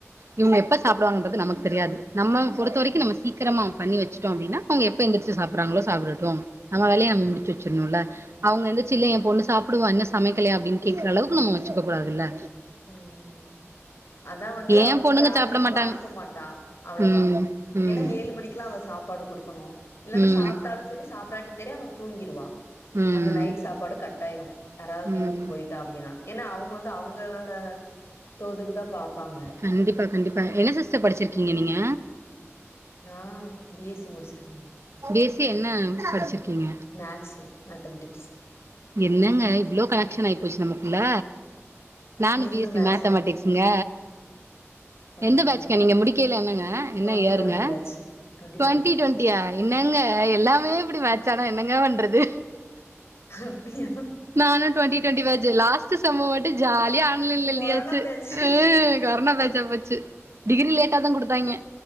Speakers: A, on the right; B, on the left.
A: இவுங்க எப்ப சாப்டுவாங்கன்றது நமக்கு தெரியாது நம்ம பொறுத்தவரைக்கு நம்ம சீக்ரமா பண்ணி வச்சிட்டோ அப்டினா அவுங்க எப்ப எந்திரிச்சி சாப்றாங்களோ சாப்டட்டும் நம்ம வேலையை நம்ம முடிச்சி வச்சிர்ணுல அவுங்க எந்திர் சிலே ஏ பொண்ணு சாப்டுவா இன்னு சமைக்கலையா அப்டின் கேக்குறளவுக்கு நம்ம வச்சுக்க கூடாதுல
B: ம் ம் அதா வந்து
A: ஏன்
B: அவ வந்து
A: பொண்ணுங்க
B: யாரு
A: சாப்பிட
B: வீட்டுக்கு
A: மாட்டாங்க.
B: அனுப்ப மாட்டா அவ்ளவா
A: ம். ம்.
B: எனா ஏழு மணிக் க்குலா அவ சாப்பாடு குடுக்கணு இல்லனா
A: ம்.
B: சாப்ட்டாலு செரி சாப்டாட்டி தெரி அவ தூங்கிருவா
A: ம்.
B: அந்த நைட் சாப்பாடு கட் ஆய்ரு யாராவ்து
A: ம்.
B: வீட்டுக்கு போயிட்டா அப்டினா ஏன்னா அவுங்க வந்து அவுங்க ட தோதுக்குதா பாப்பாங்க
A: கண்டிப்பா கண்டிப்பா என்ன சிஸ்டர் படிச்சிருக்கீங்க நீங்க
B: நா பி எஸ் சி முடிஷ்சிருக்
A: பி எஸ் சி என்ன படிச்சிருக்கீங்க
B: மேக்ஸ் மேத்தமெட்டிக்ஸ்
A: என்னங்க இவ்ளோ கனெக்ஷன் ஆயி போச்சி நமக்குள்ள நானு
B: நீங்களு
A: பி எஸ்
B: மேக்ஸா
A: சி மேத்தமெட்டிக்ஸ் ங்க
B: பரவால்லங்க
A: எந்த பேட்ச்க நீங்க முடிக்கையில என்னங்க என்ன
B: டுவெண்ட்டி
A: இயருங்க
B: twenty batch twenty
A: twenty
B: twenty
A: டுவெண் டியா என்னங்க எல்லாமே இப்டி மேட்ச ஆனா என்னங்க பண்றது
B: அப்டியா
A: நானு twenty twenty batch last sem மட்டு ஜாலியா <unintelligible> எழுதியாச்சி
B: கொரோனா பேட்ச்சு
A: ஆ கொரோனா பேட்ச்சா போச்சி டிகிரி லேட்டா தா குடுத்தாய்ங்க